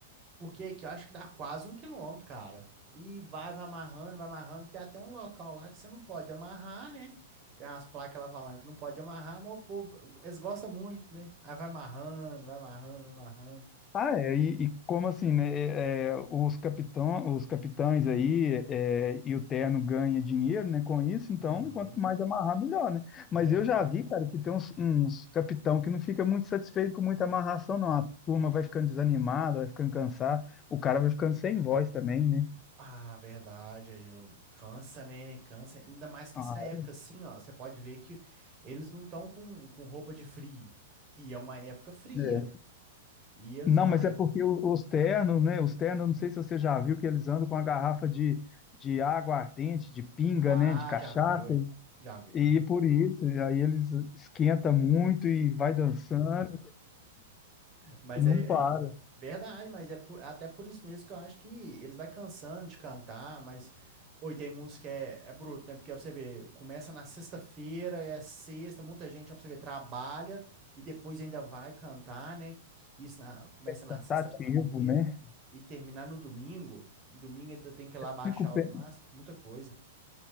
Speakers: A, on the right; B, on the left.
A: Porque aqui eu acho que dá quase um quilômetro, cara. E vai, vai amarrando, vai amarrando. Tem até um local lá que você não pode amarrar, né? Tem umas placas lá falando que não pode amarrar, mas o povo, eles gostam muito, né? Aí vai amarrando, vai amarrando, vai amarrando.
B: Ah, é, e, e como assim, né? é, é, os capitão, os capitães aí é, e o terno ganha dinheiro, né? Com isso, então
A: Uhum.
B: quanto mais amarrar, melhor, né? Mas
A: É.
B: eu já vi, cara, que tem uns, uns capitão que não fica muito satisfeito com muita amarração, não. A turma vai ficando desanimada, vai ficando cansada, o cara vai ficando sem voz também, né?
A: Ah, verdade, aí eu cansa, né? Cansa, ainda mais que
B: Ah,
A: essa época assim, ó, você pode ver que eles não estão com, com roupa de frio. E é uma época fria.
B: é.
A: E eles
B: Não,
A: vão
B: mas é porque o- os ternos, né? Os ternos, não sei se você já viu que eles andam com a garrafa de, de água ardente, de pinga,
A: Ah,
B: né? De cachaça.
A: já vi, ué. Já vi.
B: E por isso, aí eles esquenta muito e vai dançando
A: Mas
B: e não
A: é,
B: para,
A: é verdade, mas é por- até por isso mesmo que eu acho que eles vai cansando de cantar, mas oi, tem muitos que é, é bruto, né? Porque ó, pra você ver, começa na sexta-feira, é sexta, muita gente, ó, pra você ver, trabalha e depois ainda vai cantar, né? Isso na- começa na
B: cansativo,
A: sexta-feira
B: né?
A: e terminar no domingo. Domingo ainda tem que ir lá baixar
B: Fico, pe-
A: os maços, muita coisa.